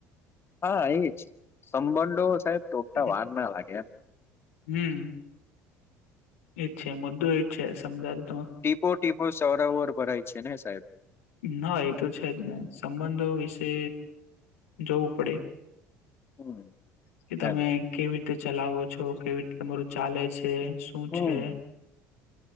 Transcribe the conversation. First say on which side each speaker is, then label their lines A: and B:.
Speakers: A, on the left; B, on the left.
A: હા એ જ સંબંધો સાહેબ તોડતા
B: થાય
A: વાર ના લાગે એમ
B: હમ. એજ છે મુદ્દો એ જ છે સમજાયું
A: ટીપે ટીપે સરોવર ભરાય છે ને સાહેબ
B: ના એ તો છે જ ને સંબંધો વિશે જોવું પડે.
A: હમ
B: કે તમે
A: એમ
B: કેવી રીતે ચલાવો છો, કેવી રીતે તમારું ચાલે છે, શું
A: હમ
B: છે?